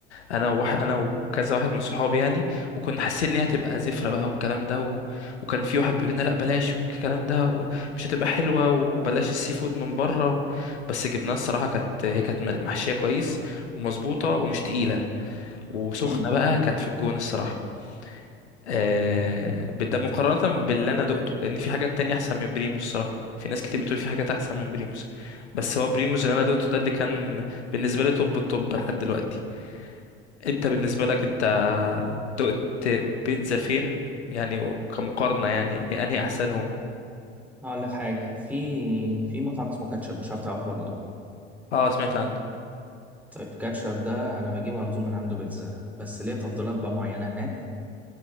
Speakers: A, on the left; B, in the centre.
A: انا وح... انا وكذا واحد من صحابي يعني وكنا حاسين ان هي هتبقى زفره بقى والكلام ده و... وكان في واحد بيقول لنا لا بلاش والكلام ده ومش هتبقى حلوه وبلاش السي فود من بره و... بس جبناها الصراحه كانت هي كانت محشيه كويس ومظبوطه ومش تقيله وسخنه
B: امم
A: بقى كانت في الجون الصراحه آه... ده مقارنه باللي انا دقته لان في حاجات تانية احسن من بريموس الصراحه في ناس كتير بتقول في حاجات احسن من بريموس بس هو بريموس اللي انا دقته ده اللي كان بالنسبه لي توب التوب لحد دلوقتي انت بالنسبه لك انت دقت بيتزا فين يعني كمقارنة يعني انهي احسنهم
B: هقول لك حاجه في في مطعم اسمه كاتشب مش عارف تعرفه ولا لا
A: اه سمعت عنه
B: طيب كاتشب ده انا بجيبه على طول من عنده بيتزا بس ليه تفضيلات بقى معينه هناك